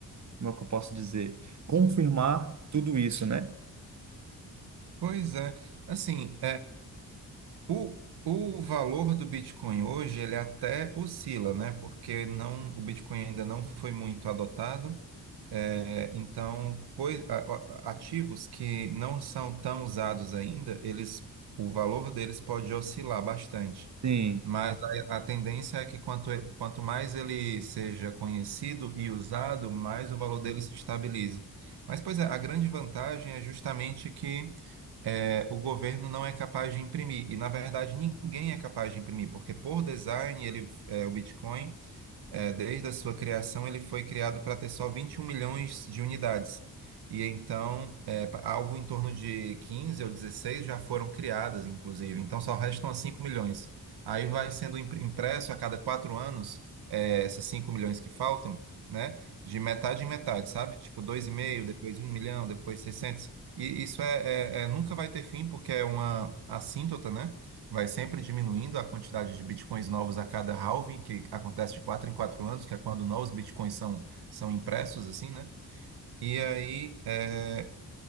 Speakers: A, on the right; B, on the right.
A: como é que eu posso dizer? Confirmar tudo isso, né?
B: Pois é, assim, O, o valor do Bitcoin hoje, ele é até oscila, né? Porque não, o Bitcoin ainda não foi muito adotado. É, então, coi- a- a- ativos que não são tão usados ainda, eles, o valor deles pode oscilar bastante.
A: Sim.
B: Mas a, a tendência é que quanto, e- quanto mais ele seja conhecido e usado, mais o valor dele se estabilize. Mas, pois é, a grande vantagem é justamente que é, o governo não é capaz de imprimir. E, na verdade, ninguém é capaz de imprimir, porque por design ele, é, o Bitcoin. É, desde a sua criação, ele foi criado para ter só 21 milhões de unidades. E então, é, pa- algo em torno de 15 ou 16 já foram criadas, inclusive. Então, só restam as 5 milhões. Aí vai sendo impre- impresso a cada quatro anos, é, essas 5 milhões que faltam, né? De metade em metade, sabe? Tipo, dois e meio, depois um milhão, depois 600. E isso é, é- é- nunca vai ter fim, porque é uma assíntota, né? Vai sempre diminuindo a quantidade de bitcoins novos a cada halving, que acontece de 4 em 4 anos, que é quando novos bitcoins são, são impressos, assim, né? E aí, é,